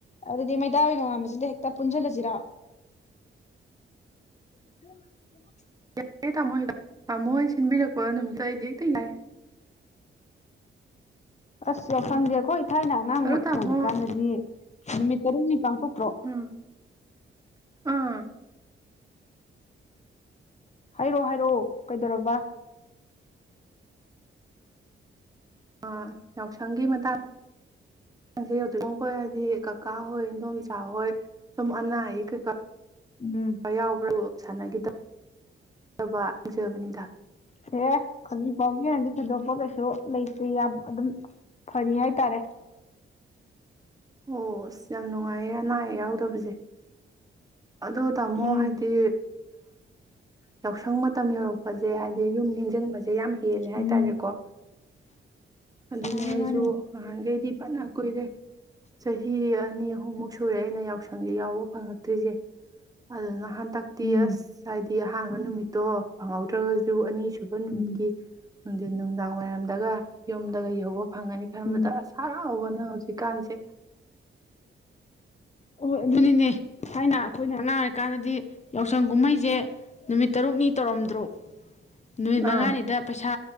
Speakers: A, on the left; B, on the right.
A: ꯑꯗꯨꯗꯤ ꯃꯠ ꯇꯥꯎꯒꯤ ꯅꯣꯉꯥꯕꯁꯤꯗ ꯍꯦꯛꯇ ꯄꯨꯟꯖꯤꯜꯂꯖꯤꯔꯣ <inaudible>
B: ꯌꯥꯏꯌꯦ ꯇꯥꯃꯣ ꯍ ꯇꯥꯃꯣꯍꯣꯏ ꯁꯤꯟꯕꯤꯔꯛꯄ ꯅꯨꯃꯤꯠꯇꯣ ꯑꯩꯗꯤ ꯍꯦꯛꯇ ꯌꯥꯏ
A: <inaudible> ꯑꯁ ꯌꯥꯎꯁꯪꯖꯦ
B: ꯎꯝ
A: ꯑꯩꯈꯣꯏ ꯊꯥꯏꯅ ꯑꯉꯥꯡ
B: ꯑꯗꯣ
A: ꯑꯣꯏꯔꯤꯀꯥꯟꯗꯗꯤ
B: ꯇꯥꯃꯣ
A: ꯅꯨꯃꯤꯠ ꯇꯔꯨꯛꯅꯤ ꯄꯥꯡꯊꯣꯛ <inaudible>
B: ꯎꯝ ꯑꯥ
A: ꯍꯥꯏꯔꯣ ꯍꯥꯏꯔꯛꯑꯣ ꯀꯩꯗꯧꯔꯕ
B: ꯑ ꯌꯥꯎꯁꯪꯒꯤ ꯃꯇꯥꯡꯁꯦ ꯌꯧꯗ꯭ꯔꯤꯉꯣ ꯈꯣꯏ ꯍꯣꯏꯗꯤ ꯀꯀꯥ ꯍꯣꯏ ꯏꯗꯣꯝꯆꯥ ꯍꯣꯏ ꯁꯨꯝ ꯑꯅꯥ ꯑꯌꯦꯛ ꯀꯩꯀꯥ
A: ꯎꯝ
B: ꯌꯥꯎꯕ꯭ꯔꯕꯨ ꯁꯥꯟꯅꯒꯤꯗꯕ ꯍꯪꯖꯕꯅꯤꯗ
A: ꯁꯦ ꯈꯖꯤꯛ ꯐꯥꯎꯒꯤ ꯑꯣꯏꯅꯗꯤ ꯊꯣꯏꯗꯣꯛꯄ ꯀꯩꯁꯨ ꯂꯩꯇꯦ ꯌꯥꯝ ꯑꯗꯨꯝ ꯐꯔꯤ ꯍꯥꯏꯇꯥꯔꯦ
B: ꯑꯣꯁ ꯌꯥꯝ ꯅꯨꯡꯉꯥꯏꯌꯦ ꯑꯅꯥ ꯑꯌꯦꯛ ꯌꯥꯎꯗꯕꯖꯦ ꯑꯗꯣ ꯇꯥꯃꯣ
A: ꯎꯝ
B: ꯍꯥꯏꯗꯤ ꯌꯥꯎꯁꯪ ꯃ ꯃꯇꯝ ꯌꯧꯔꯛꯄꯖꯦ ꯍꯥꯏꯗꯤ ꯌꯨꯝ ꯅꯤꯡꯖꯡꯕꯖꯦ ꯁꯤ ꯌꯥꯝ ꯍꯦꯜꯂꯦ ꯍꯥꯏꯇꯥꯔꯦꯀꯣ
A: ꯎꯝ
B: ꯑꯗꯨꯅꯦ
A: ꯃꯥꯅꯤ
B: ꯑꯩꯁꯨ
A: ꯃꯥꯅꯤ
B: ꯅꯍꯥꯟꯒꯩꯗꯤ ꯐꯥꯅ ꯀꯨꯏꯔꯦ ꯆꯍꯤ ꯑꯅꯤ ꯑꯍꯨꯝꯃꯨꯛ ꯁꯨꯔꯦ ꯑꯩꯅ ꯌꯥꯎ ꯌꯥꯎꯁꯪꯖꯦ ꯌꯥꯎꯕ ꯐꯪꯉꯛꯇ꯭ꯔꯤꯖꯦ ꯑꯗꯨꯅ ꯍꯟꯇꯛꯇꯤ
A: ꯎꯝ
B: ꯑꯁ ꯍꯥꯏꯗꯤ ꯑꯍꯥꯟꯕ ꯅꯨꯃꯤꯠꯇꯣ ꯐꯪꯍꯧꯗ꯭ꯔꯥꯒꯖꯨ ꯑꯅꯤ ꯁꯨ ꯁꯨꯕ ꯅꯨꯃꯤꯠꯀꯤ
A: ꯎꯝ
B: ꯅꯨꯡꯗꯤꯟ ꯅꯨꯡꯗꯥꯡ ꯋꯥꯏꯔꯝꯗꯒ ꯌꯨꯝꯗꯒ ꯌꯧꯕ ꯐꯪꯉꯅꯤ ꯈꯟꯕꯗ
A: ꯎꯝ
B: ꯑꯁ ꯍꯔꯥꯎꯕꯅ ꯍꯧꯖꯤꯛ ꯀꯥꯟꯁꯦ
A: ꯍꯣꯏ ꯑꯗꯨꯅꯤꯅꯦ ꯊꯥꯏꯅ ꯑꯩꯈꯣꯏꯅ ꯑꯉꯥꯡ ꯑꯣꯏꯔꯤꯀꯥꯟꯗꯗꯤ ꯌꯥꯎꯁꯪ ꯀꯨꯝꯍꯩꯖꯦ ꯅꯨꯃꯤꯠ ꯇꯔꯨꯛꯅꯤ ꯇꯧꯔꯝꯗ꯭ꯔꯣ ꯅꯨꯃꯤꯠ ꯃꯉꯥꯅꯤꯗ
B: ꯑꯥ
A: ꯄꯩꯁꯥ